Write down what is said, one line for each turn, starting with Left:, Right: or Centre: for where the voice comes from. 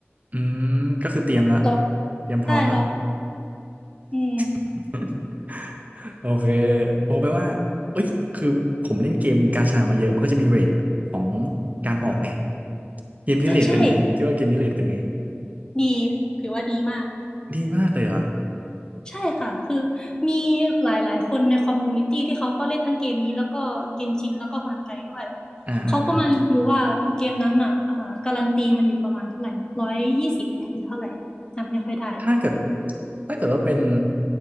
Right: อืมก็คือเตรียมละ
Left: ล็อก
Right: เตรียมพร้อมละ
Left: ได้ล็อกอืม
Right: <laughs> โอเคโอ้แปลว่าเอ้ยคือผมเล่นเกมกาชามาเยอะมันก็จะมีเรทของการออกไงเกมนี้เรทเป็นไงคิดว่าเกมนี้เรทเป็นไง
Left: ใช่ใช่ดีถือว่าดีมาก
Right: ดีมากเลยเหรอ
Left: ใช่ค่ะคือมีหลายหลายคนในคอมมูนิตี้ที่เขาก็เล่นทั้งเกมนี้แล้วก็เกนชินแล้วก็ฮอนไกด้วย
Right: อ่าอ่าอ่า
Left: เขาก็มารีวิวว่าเกมนั้นอ่ะอ่าการันตีมันอยู่ประมาณเท่าไหร่นะร้อยยี่สิบไหมหรือเท่าไหร่จำไม่ค่อยได้
Right: ถ้าเกิดถ้าเกิดว่าเป็น